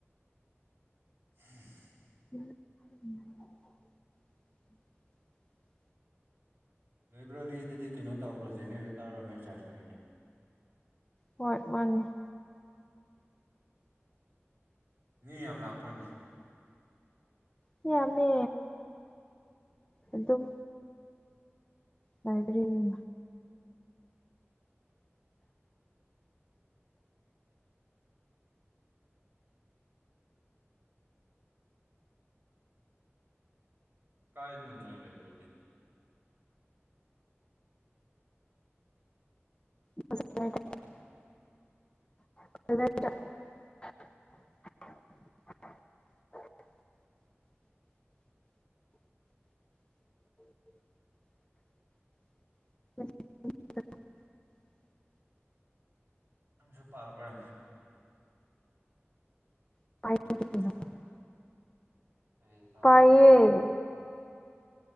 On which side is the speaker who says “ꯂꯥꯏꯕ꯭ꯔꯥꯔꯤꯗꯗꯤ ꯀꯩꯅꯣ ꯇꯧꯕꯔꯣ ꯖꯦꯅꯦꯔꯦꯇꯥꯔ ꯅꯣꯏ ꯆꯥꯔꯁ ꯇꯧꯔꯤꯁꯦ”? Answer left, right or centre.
Right